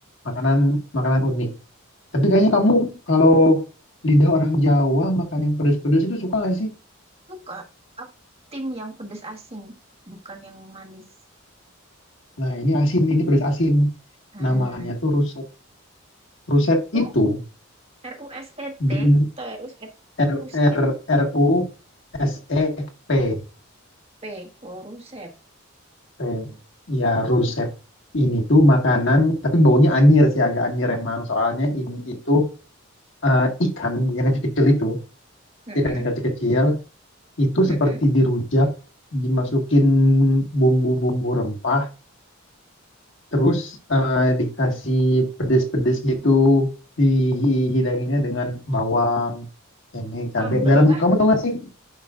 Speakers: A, on the left; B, on the right.
A: makanan makanan unik. Tapi kayaknya kamu kalau lidah orang Jawa makan yang pedas-pedas itu suka nggak sih?
B: Suka. Aku tim yang pedes asing, bukan yang manis.
A: Nah ini asin, ini pedas asin.
B: Hmm.
A: Namanya tuh rusep. Rusep
B: Ru,
A: itu
B: R-U-S-E-T,
A: jen-
B: atau R-U-S-E-P,
A: R
B: Rusep.
A: R R U S E P
B: P. Oh, Rusep.
A: P. Ya rusep ini tuh makanan tapi baunya anyir sih agak anyir emang soalnya ini itu eh, ikan yang kecil-kecil itu
B: Mm-mm.
A: ikan yang kecil-kecil itu
B: Mm-mm.
A: seperti dirujak dimasukin bumbu-bumbu rempah terus eh, dikasih pedes-pedes gitu dihidanginnya dengan bawang cengkeh cabai
B: Sambel
A: dalam
B: kah?
A: kamu tau gak sih